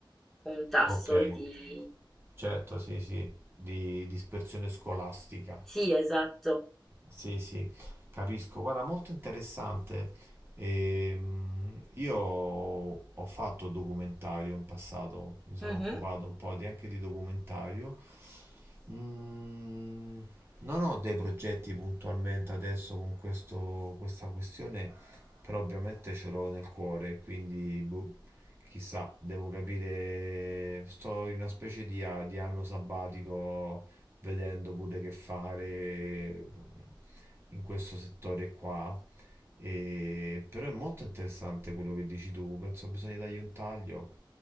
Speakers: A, in the centre; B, on the right.
A: un tasso
B: ok,
A: di...
B: certo, sì, sì, di dispersione scolastica.
A: Sì, esatto.
B: Sì, sì, capisco. Guarda, molto interessante. Ehm, io ho fatto documentario in passato, mi sono
A: Mhm,
B: occupato un po' di- anche di documentario Mm, non ho dei progetti puntualmente adesso con questo- questa questione, però ovviamente ce l'ho nel cuore, quindi boh, chissà, devo capire, sto in una specie di, a- di anno sabbatico vedendo pure che fare in questo settore qua. E- però è molto interessante quello che dici tu, penso bisogna dargli un taglio,